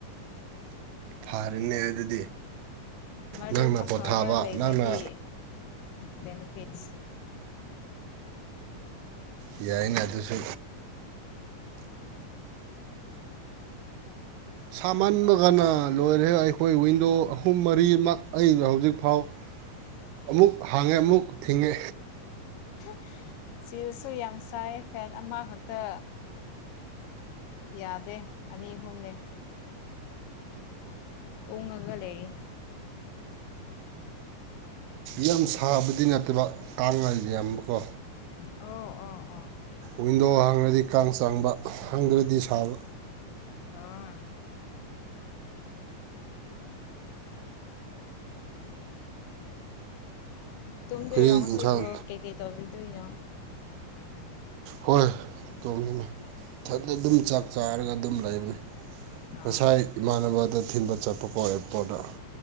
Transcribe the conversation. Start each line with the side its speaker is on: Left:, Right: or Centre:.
Right: ꯐꯔꯦꯅꯦ ꯑꯗꯨꯗꯤ
Left: ꯃꯔꯨꯞ
Right: ꯅꯪꯅ
Left: ꯑꯐꯕ
Right: ꯄꯣꯊꯥꯕ
Left: ꯂꯩꯕꯒꯤ
Right: ꯅꯪꯅ
Left: ꯕꯦꯅꯤꯐꯤꯠꯁ
Right: ꯌꯥꯏꯅꯦ ꯑꯗꯨꯁꯨ ꯁꯥꯃꯟꯕꯒꯅ ꯂꯣꯏꯔꯦ ꯑꯩꯈꯣꯏ ꯋꯤꯟꯗꯣ ꯑꯍꯨꯝ ꯃꯔꯤꯃꯛ ꯑꯩ ꯍꯧꯖꯤꯛꯐꯥꯎ
Left: <inaudible>
Right: ꯑꯃꯨꯛ ꯍꯥꯡꯉꯦ ꯑꯃꯨꯛ ꯊꯤꯡꯉꯦ
Left: <inaudible> ꯁꯤꯔꯁꯨ ꯌꯥꯝ ꯁꯥꯏ ꯐꯦꯟ ꯑꯃꯈꯛꯇ ꯌꯥꯗꯦ ꯑꯅꯤ ꯑꯍꯨꯝꯅꯦ ꯎꯡꯉꯒ ꯂꯩꯌꯦ
Right: ꯌꯥꯝ ꯁꯥꯕꯗꯤ ꯅꯠꯇꯕ ꯇꯥꯡꯉ ꯌꯥꯝꯕꯀꯣ
Left: ꯑꯣ ꯑꯣ ꯑꯣ
Right: ꯋꯤꯟꯗꯣ ꯍꯥꯡꯉꯗꯤ ꯀꯥꯡ ꯆꯥꯡꯕ ꯍꯥꯡꯗ꯭ꯔꯗꯤ ꯁꯥꯕ
Left: ꯑ ꯇꯨꯝꯗꯣꯏꯔꯣ
Right: ꯀꯔꯤ
Left: ꯉꯁꯤꯕꯨ
Right: ꯏꯟꯁꯥꯡ
Left: ꯀꯩ ꯀꯩ ꯇꯧꯔꯤꯗꯣꯏꯅꯣ
Right: ꯍꯣꯏ ꯇꯣꯡꯉꯅꯤ ꯏꯊꯟꯗ ꯑꯗꯨꯝ ꯆꯥꯛ ꯆꯥꯔꯒ ꯑꯗꯨꯝ ꯂꯩꯕꯅꯤ
Left: ꯑꯥ
Right: ꯉꯁꯥꯢ ꯏꯃꯥꯟꯅꯕꯥꯗ ꯊꯤꯟꯕ ꯆꯠꯄꯀꯣ ꯑꯦꯌꯔꯄꯣꯔꯠꯇ꯫